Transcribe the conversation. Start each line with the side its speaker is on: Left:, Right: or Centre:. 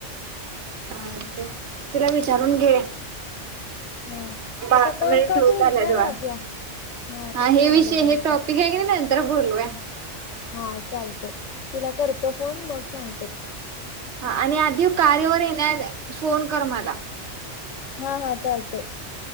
Right: ह ते तला वि विचारून घे
Left: हा
Right: बारा
Left: आता कॉल
Right: मिनि
Left: कट
Right: होऊ
Left: होईल काय नाझिया
Right: हा
Left: तेच म्हणाले
Right: हे विषय
Left: ग मी
Right: हे
Left: पण
Right: टॉपिक आहे की नंतर बोलूया.
Left: हा चालतय. तिला करतो फोन मग सांगतो. हो.
Right: हा आणि आधी कार्यावर येण्या फोन कर मला
Left: हा हा चालतय.